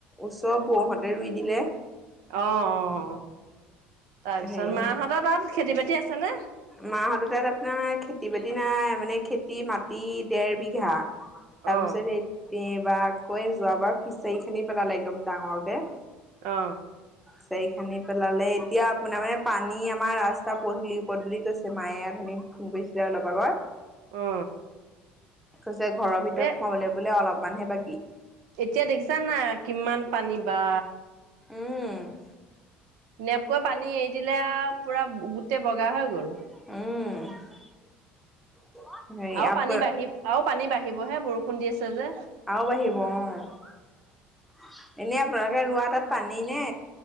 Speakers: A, in the centre; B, on the right (about 85°).
A: ওচৰ বৌহঁতে ৰুই দিলে।
B: অ অ তাৰপিছত
A: হেৰি
B: মাহঁত তাত খেতি বাতি আছেনে?
A: মাহঁত তাত আপোনাৰ খেতি বাতি নাই মানে খেতি মাটি দেৰ বিঘা। তাৰ
B: অ
A: পিছত এতিবাৰকৌ যোৱাবাৰ ফিচাৰি খানি পেলালে একদম ডাঙৰকে।
B: অ।
A: চায়ি খানি পেলালে এতিয়া আপোনাৰ মানে পানী আমাৰ ৰাস্তা পদূলি পদ বুলি কৈছে মায়ে ইয়াত শুনি ফোন কৰিছিলে অলপ আগত।
B: অ
A: কৈছে ঘৰৰ ভিতৰত
B: এ
A: সোমাবলে বোলে অলপমানহে বাকী।
B: এতিয়া দেখিছা নাই কিমান পানী বা
A: উম।
B: নেপকোৱে পানী এৰি দিলে আৰু, পুৰা গোটেই বগা হৈ গ'ল।
A: উম। হেৰি
B: আৰু
A: আপ
B: পানী বাঢ়ি, আৰু পানী বাঢ়িবহে বৰষুণ দি আছে যে।
A: আৰু বাঢ়িব, অ'। এনেই আপোনালোকে ৰোৱা তাত পানী নে?